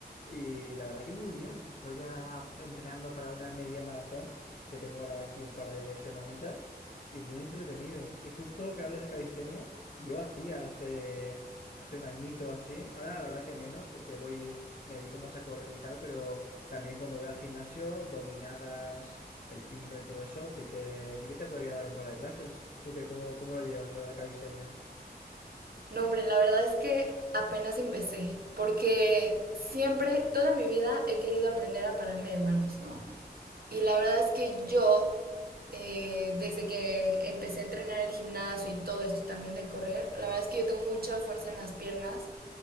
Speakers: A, on the left; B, on the right.
A: Y la verdad que muy bien. Estoy ya entrenando para una media maratón que tengo ahora de aquí un par de semanitas. Y muy entretenido. Y justo que hables de calistenia, yo hacía hace hace un añito o así. Ahora la verdad que menos porque voy, me dedico más a correr y tal, pero también cuando voy al gimnasio, dominadas, el pino y todo eso, sí que sí que te podría dar un par de clases. ¿Tú qué, cómo, cómo lo llevas, lo de la calistenia?
B: No, hombre, la verdad es que apenas empecé, porque siempre, toda mi vida, he querido aprender a pararme de manos, ¿no? Y la verdad es que yo, eh, desde que empecé a entrenar el gimnasio y todo esto también de correr, la verdad es que yo tengo mucha fuerza en las piernas